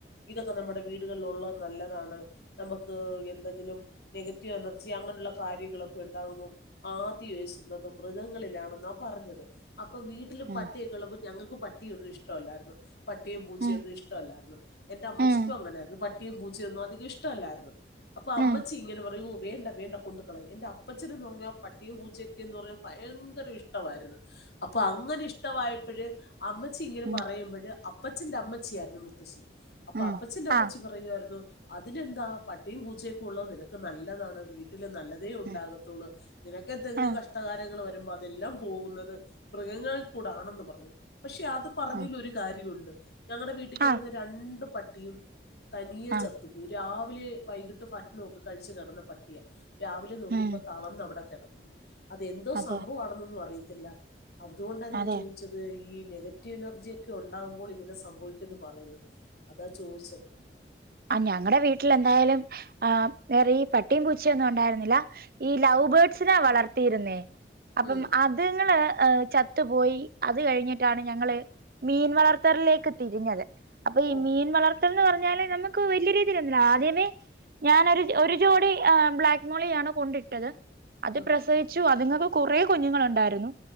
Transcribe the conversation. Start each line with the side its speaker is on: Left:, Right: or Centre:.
Left: ഇതൊക്കെ നമ്മുടെ വീടുകളിലുള്ളത് നല്ലതാണ് നമുക്ക് എന്തെങ്കിലും നെഗറ്റീവ് എനർജി അങ്ങനെയുള്ള കാര്യങ്ങളൊക്കെ ഉണ്ടാകുമ്പോൾ ആദ്യ ഏശുന്നത് മൃഗങ്ങളിലാണെന്നാ പറഞ്ഞത് അപ്പം വീട്ട ട്ടില്
Right: ഉം
Left: പട്ടിയൊക്കെ ഉള്ളപ്പോ ഞങ്ങൾക്ക് പട്ടിയൊന്നും ഇഷ്ടല്ലായിരുന്നു പട്ടിയും പൂച്ചയൊന്നും
Right: ഉം
Left: ഇഷ്ടല്ലായിരുന്നു എന്റെ അമ്മച്ചിക്കും
Right: ഉം
Left: അങ്ങനായിരുന്നു പട്ടിയും പൂച്ചയൊന്നും അധികം ഇഷ്ടല്ലായിരുന്നു അപ്പൊ അമ്മച്ചി
Right: ഉം
Left: ഇങ്ങനെ പറയും ഓഹ് വേണ്ട വേണ്ട കൊണ്ട കളയ എന്റെ അപ്പച്ചനന്ന് പറഞ്ഞൽ പട്ടിയും പൂച്ചയൊക്കെ എന്ന് പറഞാ ഭയങ്കര ഇഷ്ടവായിരുന്നു അപ്പൊ അങ്ങനെ ഇഷ്ടമായപ്പഴ് അമ്മച്ചി ഇങ്ങനെ
Right: ഉം
Left: പറയുമ്പഴ് അപ്പച്ചന്റെ അമ്മച്ചിയിരുന്നു മുത്തശ്ശി അപ്പൊ
Right: ഉം
Left: അപ്പച്ചന്റെ അമ്മച്ചി
Right: ആഹ്
Left: പറയുവായിരുന്നു അതിനെന്താ പട്ടിയും പൂച്ചയൊക്കെ ഉള്ളത് നിനക്ക് നല്ലതാണ് വീട്ടില് നല്ലത് ഉണ്ടാകത്തുള്ളൂ
Right: ഉം
Left: നിനക്കെന്തെങ്കിലും
Right: ഉം
Left: കഷ്ടകാലങ്ങൾ വരുമ്പോ അതെല്ലാം പോകുന്നത് മൃഗങ്ങൾ കൂടാണെന്ന് പറഞ്ഞു പക്ഷെ അത് പറഞ്ഞല്
Right: ഉം
Left: ഒരു കാര്യവുണ്ട് ഞങ്ങളുടെ വീട്ടിൽ കിടന്ന
Right: ആഹ്
Left: രണ്ടു രണ്ട് പട്ടിയും തനിയെ
Right: ആഹ്
Left: ചത്തു പോയി രാവിലെ വൈകിട്ട് ഭക്ഷണമൊക്കെ കഴിച്ചു കിടന്ന പട്ടി ട്ടിയാ രാവിലെ നോക്കിയപ്പോ
Right: ഉം
Left: തളർന്ന് അവിടെ കിടക്കുന്നു അതെന്തോ
Right: അതെ
Left: സംഭവമാണെന്നൊന്നും അറിയത്തില്ല അതുകൊണ്ടാ ഞാൻ
Right: അതെ
Left: ചോദിച്ചത് ഈ നെഗറ്റീവ് എനർജി ഒക്കെ ഉണ്ടാവുമ്പോൾ ഇങ്ങനെ സംഭവിക്കുന്ന് പറയുന്നു അതാ ചോദിച്ചത്
Right: ആഹ് ഞങ്ങടെ വീട്ടിൽ എന്തായാലും ആഹ് വേറെ ഈ പ ട്ടിയും പൂച്ചയൊന്നും ഉണ്ടായിരുന്നില്ല ഈ ലവ് ബേർഡ്സിനെ വളർത്തിയിരുന്നേ അപ്പം
Left: ഉം
Right: അതുങ്ങള് ഏഹ് ചത്തുപോയി അത് കഴിഞ്ഞിട്ടാണ് ഞങ്ങള് മീൻ വളർത്തലിലേക്ക് തിരിഞ്ഞത് അപ്പൊ ഈ
Left: ഓ
Right: മീൻ വളർത്തൽന്ന് പറഞ്ഞാല് നമ്മ ക്ക് വലിയ രീതിയിലൊന്നും ഇല്ല ആദ്യമേ ഞാനൊരു ഒരു ജോടി ബ്ലാക്ക് മോളിയാണ് കൊണ്ടിട്ടത് അത്
Left: ഉം.
Right: പ്രസവിച്ചു അതുങ്ങക്ക് കുറെ കുഞ്ഞുങ്ങൾ ഉണ്ടായിരുന്നു